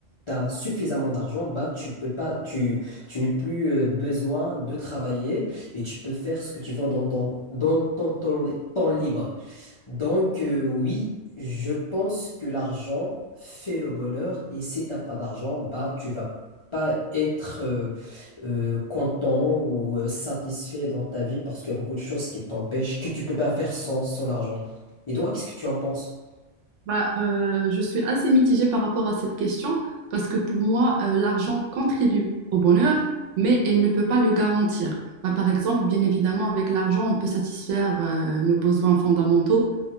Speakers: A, on the left; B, on the right.
A: tu as suffisamment d'argent, bah, tu peux pas, tu, tu n'as plus euh, besoin de travailler et tu peux faire ce que tu veux dans ton, dans ton temps, li- temps libre. Donc, euh, oui, je pense que l'argent fait le bonheur et si t'as pas d'argent, bah, tu vas pas être euh, euh, content ou euh, satisfait dans ta vie parce qu'il y a beaucoup de choses qui t'empêchent, que tu peux pas faire sans, sans l'argent. Et toi, qu'est-ce que tu en penses?
B: Bah, euh, je suis assez mitigée par rapport à cette question parce que pour moi, euh, l'argent contribue au bonheur, mais elle ne peut pas le garantir. Bah, par exemple, bien évidemment, avec l'argent, on peut satisfaire euh, nos besoins fondamentaux.